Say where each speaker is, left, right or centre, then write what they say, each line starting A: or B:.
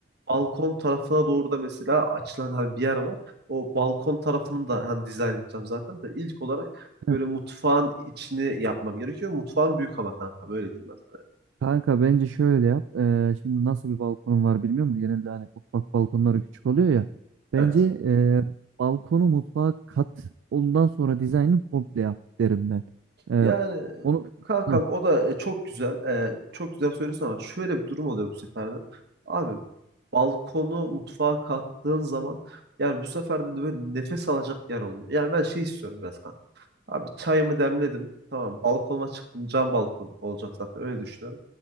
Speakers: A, on the right; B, on the right.
A: balkon tarafına doğru da mesela açılan hani bir yer var. O balkon tarafını da hani dizayn edeceğim zaten de ilk olarak
B: Heh.
A: böyle mutfağın içini yapmam gerekiyor. Mutfağın büyük ama kankam öyle diyeyim ben sana.
B: Kanka bence şöyle yap. Ee, şimdi nasıl bir balkonun var bilmiyorum. da Genelde hani mutfak balkonları küçük oluyor ya. Bence
A: Evet.
B: ee, balkonu mutfağa kat ondan sonra dizaynını komple yap derim ben. Ee,
A: Yani
B: onu
A: kankam
B: Heh.
A: o da e, çok güzel. E, çok güzel söylüyorsun ama şöyle bir durum oluyor bu sefer de. Abi balkonu mutfağa kattığın zaman yani bu sefer de böyle nefes alacak yer olmuyor. Yani ben şey istiyorum biraz kanka. Abi çayımı demledim. Tamam balkonuma çıktım. Cam balkon olacak zaten öyle düşünüyorum.